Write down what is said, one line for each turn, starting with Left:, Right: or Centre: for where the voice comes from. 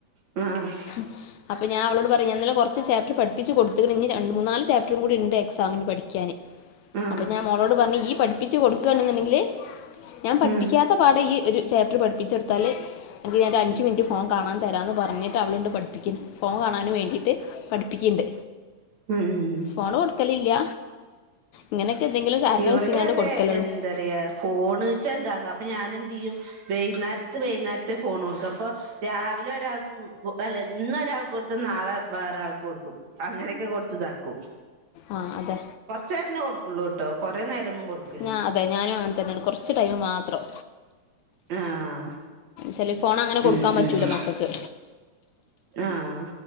Right: ഉം
Left: <inaudible> അപ്പ ഞാൻ അവളോട് പറയും ഞാൻ ഇന്നലെ കുറച്ച് ചാപ്പ്റ്റർ പഠിപ്പിച്ച് കൊടുത്ത്ക്ക്ണ്. ഇഞ്ഞ് രണ്ട് മൂന്നാല് ചപ്റ്ററും കൂടി ഉണ്ട് എക്സാമിന് പഠിക്യാന്.
Right: ആഹ്
Left: അപ്പ ഞാൻ മോളോട് പറന് ഇയ് പഠിപ്പിച്ച് കൊടുക്കാണ് ണ്ടെങ്കില് ഞാൻ പഠിപ്പിക്കാത്ത
Right: ഉം
Left: പാഠം ഇയ് ഒരു ചാപ്റ്റർ പഠിപ്പിച്ചെട്ത്താല് എങ്കിൽ ഞാൻ ഒരു അഞ്ച് മിനിറ്റ് ഫോൺ കാണാൻ തരാന്ന് പറഞ്ഞിട്ട് അവളുണ്ട് പഠിപ്പിക്കുന്ന്. ഫോൺ കാണാൻ വേണ്ടിട്ട് പഠിപ്പിക്കിണ്ട്.
Right: ഉം ഉം ഉം
Left: ഫോണ് കൊടുക്കലില്ല. ഇങ്ങനെയൊക്കെ എന്തെങ്കിലും കാരണം
Right: ഇവടി
Left: വെച്ച്ങ്ങാണ്ട്
Right: അതെ
Left: കൊടുക്കലുള്ളൂ
Right: എൻ എന്ത പറയാ ഫോൺചോയ്ച്ച ഇതാക്കാം അപ്പൊ ഞാൻ എന്ത് ചെയ്യും വൈകുന്നേരത്ത് വൈകുന്നേരത്തെ ഫോൺ കൊടുക്ക അപ്പൊ രാവിലെ ഒരാൾക്ക് അല്ല ഇന്ന് ഒരാൾക്ക് കൊടുത്ത് നാളെ വേറെരാൾക്ക് കൊടുക്കും അങ്ങനെയൊക്കെ കൊടുത്തു ഇതാക്കും
Left: ആഹ് അതെ
Right: ചേട്ടനെ കൊടുക്കുള്ളൂ കേട്ടോ കുറെ നേരം ഒന്നു കൊടുക്കൂ
Left: ഞാ അതെ ഞാനും അങ്ങനെ തന്നെയാണ് കുറച്ച് ടൈമ് മാത്രം
Right: ആഹ്
Left: സെൽ ഫോൺ അങ്ങനെ കൊടുക്കാൻ
Right: ഉം
Left: പറ്റൂല
Right: ഉം
Left: മക്കൾക്ക്
Right: ആഹ്